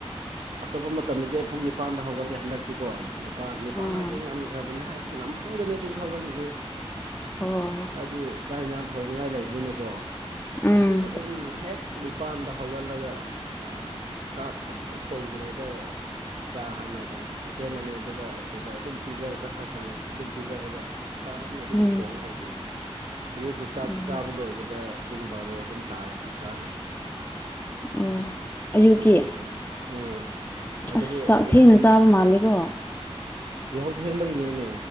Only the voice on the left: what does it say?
ꯑꯣ
ꯑꯣ
ꯎꯝ
ꯎꯝ
ꯎꯝ
ꯑꯣ ꯑꯌꯨꯛꯀꯤ
ꯑꯁ ꯆꯥꯛ ꯊꯦꯡꯅ
ꯆꯥꯕ ꯃꯥꯜꯂꯦꯀꯣ